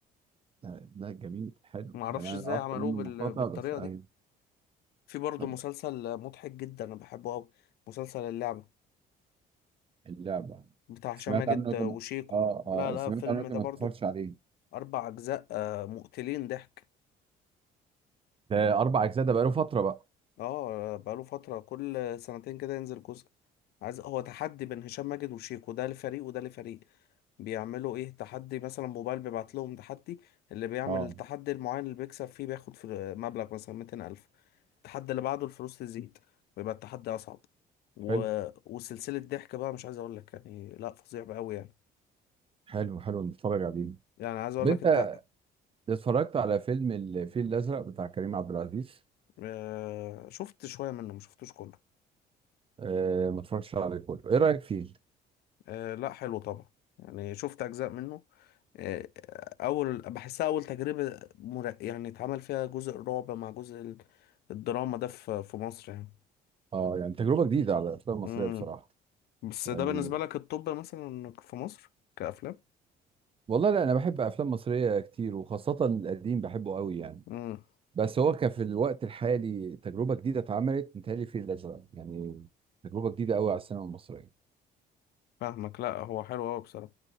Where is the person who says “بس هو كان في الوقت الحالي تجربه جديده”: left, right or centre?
Right